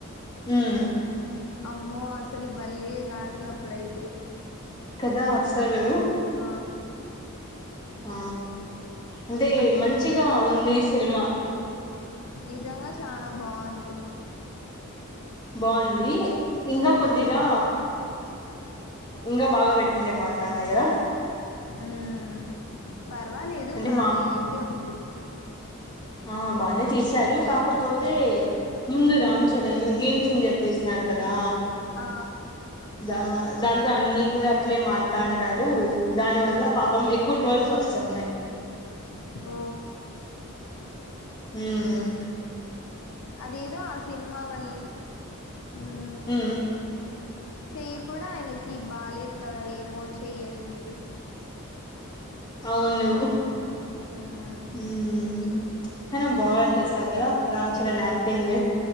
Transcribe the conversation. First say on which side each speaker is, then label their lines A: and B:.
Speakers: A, on the left (about 20°); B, on the left (about 75°).
A: హ్మ్
B: అమ్మో అసలు బల్లే గాని అప్పుడైతే
A: కదా అసలు
B: ఆ
A: ఆ అంటే
B: అసలు
A: మంచిగా ఉంది సినిమా
B: నిజంగా చానా బాంది
A: బాంది ఇంకా కొద్దిగా
B: హ్మ్.
A: ఇంకా బాగా పెట్టి ఉండే బావుంటది కద
B: ఉమ్ పర్వాలేదు
A: అంటే
B: బానే
A: మా
B: అయితే ఉంది
A: ఆ బానే తీశారు కాకపోతే
B: హ్మ్.
A: ముందు
B: హ్మ్.
A: రామ్ చరణ్ గేమ్ చేంజర్ తీసినారు కదా
B: ఆ
A: దా దాంతో అన్ని కూడా అట్లే మారుతాంటాడు దాని వల్ల పాపం ఎక్కువ ట్రోల్స్ వస్తున్నాయి <inaudible>
B: ఓ
A: హ్మ్
B: అదేదో ఆ సినిమా వాల్ మ్
A: హ్మ్
B: చెయ్యి కూడా ఆయనకి బాలేద్ కదా ఏమో చెయ్యి అయింది
A: అవును
B: మ్మ్
A: హ్మ్ చనా బాగా చ్చేస్తారు కదా రామ్ చరణ్ యాక్టింగ్